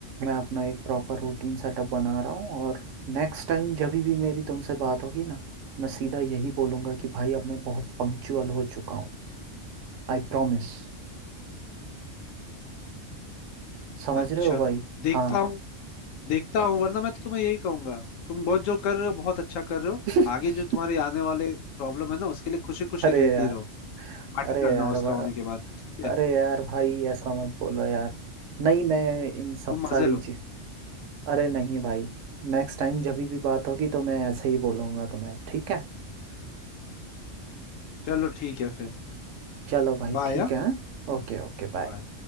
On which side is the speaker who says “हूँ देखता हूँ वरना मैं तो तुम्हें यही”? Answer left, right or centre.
Left